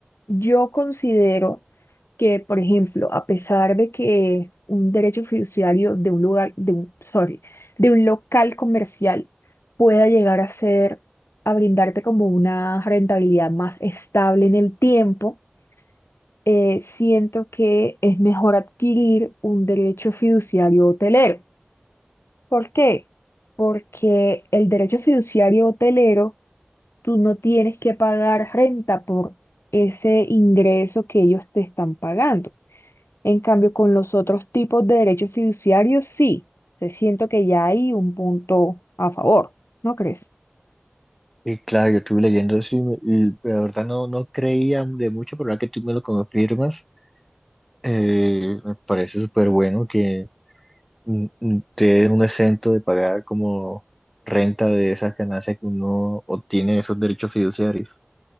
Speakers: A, on the left (about 85°); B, in the centre.
A: yo considero que, por ejemplo, a pesar de que un derecho fiduciario de un lugar, de un, sorry, de un local comercial, pueda llegar a ser, a brindarte como una rentabilidad más estable en el tiempo, eh, siento que es mejor adquirir un derecho fiduciario hotelero. ¿Por qué? Porque el derecho fiduciario hotelero, tú no tienes que pagar renta por ese ingreso que ellos te están pagando. En cambio, con los otros tipos de derechos fiduciarios, sí, te siento que ya hay un punto a favor, ¿no crees?
B: Y claro, yo estuve leyendo eso y, me- y la verdad no, no creía de mucho, pero ahora que tú me lo confirmas, Eh, me parece súper bueno que mm, mm, te den un exento de pagar como renta de esas ganancias que uno obtiene de esos derechos fiduciarios.